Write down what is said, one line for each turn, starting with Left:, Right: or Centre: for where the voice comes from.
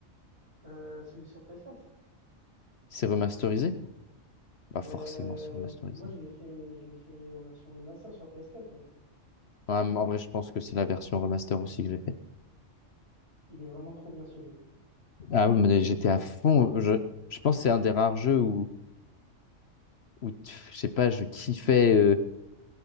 Right: Euh, celui sur PS4.
Left: C'est remasterisé? Bah
Right: Ben,
Left: forcément, c'est remasterisé.
Right: moi, je l'ai fait, je l'ai fait en version remaster sur PS4, ouais.
Left: Ouais, en vrai, je pense que c'est la version remaster aussi que j'ai faite.
Right: Il est vraiment trop bien ce jeu.
Left: Ah oui, mais j'étais à fond. Je, je pense que c'est un des rares jeux où, où pff, je sais pas, je kiffais euh,